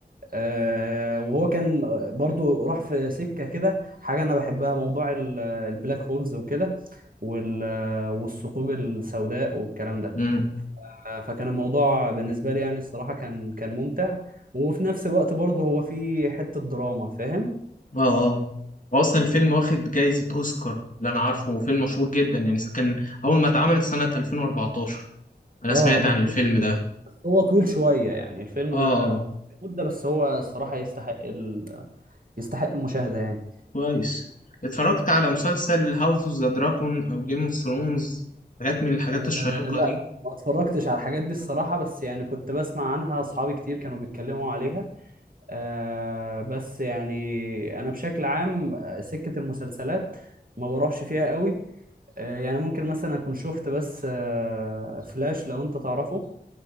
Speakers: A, on the right; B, on the left.
A: آه، وهو كان آه، برضو راح في سكه كده حاجه انا بحبها موضوع ال- البلاك هولز وكده وال والثقوب السوداء والكلام ده
B: امم
A: آه، فكان الموضوع بالنسبة لي يعني الصراحة كان كان ممتع وفي نفس الوقت برضه هو فيه حتة دراما فاهم
B: آه آه. هو اصلا الفيلم واخد جايزة اوسكار اللي انا عارفه هو فيلم مشهور جدا يعني كان اول ما اتعمل سنة 2014 انا
A: اه
B: سمعت
A: بس
B: عن الفيلم
A: هو
B: ده
A: بس هو طويل شوية يعني الفيلم
B: اه آه،
A: آه، مدة بس هو الصراحة يستحق ال... يستحق المشاهدة يعني
B: كويس اتفرجت على مسلسل هاوس اوف ذا دراجون او جيم اوف ثرونز حاجات من الحاجات
A: آه
B: الشيقة
A: لا
B: دي
A: ما اتفرجتش على الحاجات دي الصراحة بس يعني كنت بسمع عنها أصحابي كتير كانوا بيتكلموا عليها آه بس يعني انا بشكل عام آه، سكة المسلسلات ما بروحش فيها قوي آه يعني ممكن مثلا اكون شفت بس آه فلاش لو انت تعرفه